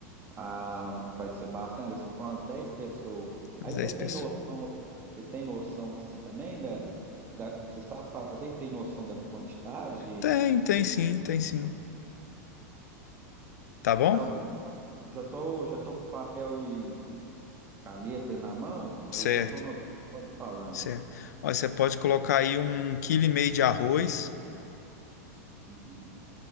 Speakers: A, on the right; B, on the left.
A: Ah, vai ser bastante, vai ser para umas 10 pessoas. Aí
B: As
A: você
B: dez
A: tem
B: pessoas.
A: noção, você tem noção assim também da, da- você sabe fazer e tem noção da quantidade?
B: Tem, tem sim, tem sim. Tá bom?
A: Então, já tô, já tô com papel e caneta na mão,
B: Certo,
A: eu já tô anotando, você pode ir falando.
B: certo. Olha, você pode colocar aí um quilo e meio de arroz.
A: Uhum.